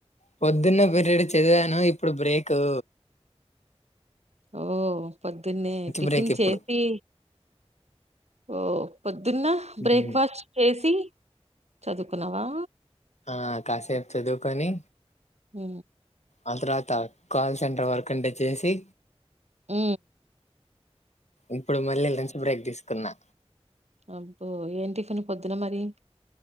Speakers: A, on the left; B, on the right.
A: పొద్దున్న పీరియడ్ చదివాను ఇప్పుడు బ్రేక్ కు
B: ఓ పొద్దున్నే టిఫిన్
A: బ్రేక్ ఇప్పుడు
B: చేసి ఓ పొద్ పొద్దున్న
A: ఉమ్.
B: బ్రేక్ఫాస్ట్ చేసి చదువుకున్నవా
A: ఆ కాసేపు చదువుకొని
B: ఉ
A: ఆ తర్వాత కాల్ సెంటర్ వర్క్ ఉంటే చేసి
B: ఊ
A: ఇప్పుడు మళ్ళీ లంచ్ బ్రేక్ తీసుకు కున్నా
B: అబ్బో ఏం టిఫిన్ పొద్దున మరి